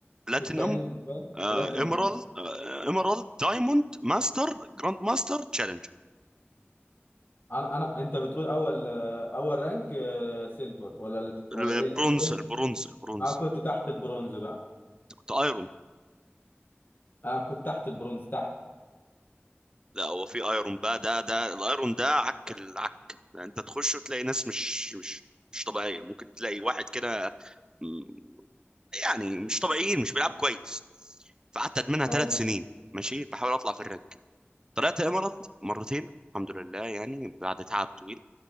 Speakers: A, on the right; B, on the left.
A: بلاتينم
B: تيتانيوم باين،
A: آه،
B: بلاتينوم
A: ايمرالد
B: اه
A: آه، ايمرالد دايموند ماستر جراند ماستر تشالنج
B: انا انا انت بتقول اول اول رانك آه، سيلفر ولا ولا
A: البرونز
B: ايه الأول؟
A: البرونز البرونز
B: اه كنت تحت البرونز بقى
A: أنت كنت ايرون
B: اه كنت تحت البرونز تحت
A: لا هو في ايرون بقى ده ده الايرون ده عك العك يعني انت تخش وتلاقي ناس مش مش مش طبيعيه ممكن تلاقي واحد كده م- يعني مش طبيعيين مش بيلعبوا كويس فقعدت ادمنها
B: اه
A: ثلاث سنين ماشي بحاول اطلع في الرانك طلعت ايمرالد مرتين الحمد لله يعني بعد تعب طويل